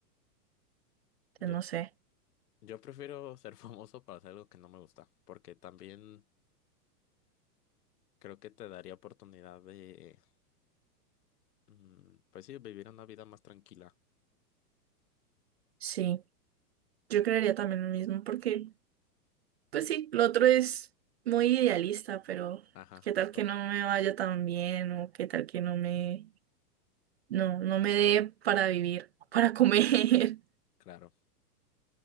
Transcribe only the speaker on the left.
Yo
Yo prefiero ser <laughs> famoso para hacer algo que no me gusta, porque también creo que te daría oportunidad de, mm, pues sí, vivir una vida más tranquila.
Ajá,
justo,
claro.